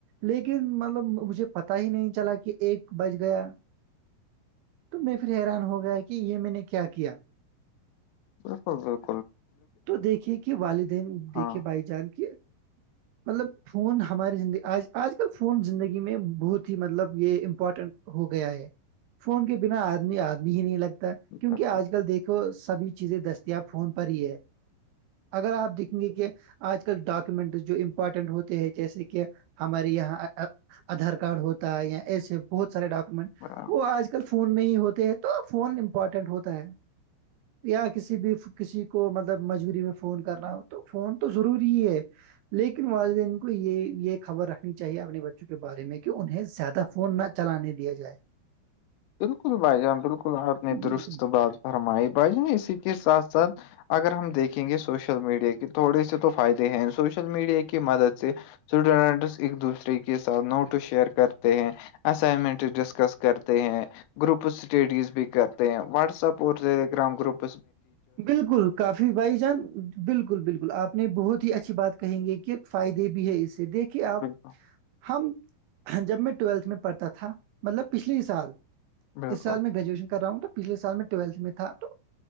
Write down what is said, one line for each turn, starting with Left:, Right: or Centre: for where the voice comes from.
Right: لیکن مطلب مجھے پتا ہی نہیں چلا کہ ایک بج گیا تو میں پھر حیران ہو گیا کہ یہ میں نے کیا کیا
Left: ر
Right: تو دیکھیے کہ والدین دیکھے
Left: ہاں
Right: بھائی جان کے مطلب فون ہماری زندگی آج آج کل فون زندگی میں بہت ہی مطلب یہ امپورٹنٹ ہو گیا ہے فون کے بنا آدمی آدمی ہی نہیں لگتا کیونکہ
Left: بالکل
Right: آج کل دیکھو سبھی چیزیں دستیاب فون پر ہی ہے اگر آپ دیکھیں گے کہ آج کل ڈاکومنٹ جو امپورٹینٹ ہوتے ہیں جیسے کہ ہمارے یہاں آدھار کارڈ ہوتا ہے یا ایسے بہت سارے ڈاکومنٹ
Left: بالکل۔
Right: وہ آج کل فون میں ہی ہوتے ہیں تو فون امپورٹینٹ ہوتا ہے یا کسی بھی کسی کو مطلب مجبوری میں فون کرنا ہو تو فون تو ضروری ہی ہے لیکن والدین کو یہ یہ خبر رکھنی چاہیے اپنے بچوں کے بارے میں کہ انہیں زیادہ فون نہ چلانے دیا جائے
Left: بالکل بھائی جان بالکل آپ نے
Right: بالکل
Left: درست بات فرمائی بھائی جان اسی کے ساتھ ساتھ اگر ہم دیکھیں گے سوشل میڈیا کے تھوڑے سے تو فائدے ہیں سوشل میڈیا کی مدد سے سوڈٹس ایک دوسرے کے ساتھ نوٹو شیئر کرتے ہیں اسائنمنٹ ڈسکس کرتے ہیں گروپ اسٹیڈز بھی کرتے ہیں واٹساپ اور ٹیلی گرام گروپ
Right: بالکل کافی بھائی جان بالکل بالکل آپ اپنے بہت ہی اچھی بات کہیں گے کہ فائدے بھی ہے اس سے دیکھیے آپ
Left: بالکل
Right: ہم جب میں ٹویلتھ میں پڑھتا تھا مطلب پچھل سال
Left: بالکل
Right: اس سال میں گریجویشن کر رہا ہوں تو پچھل سال میں ٹویلت میں تھا تو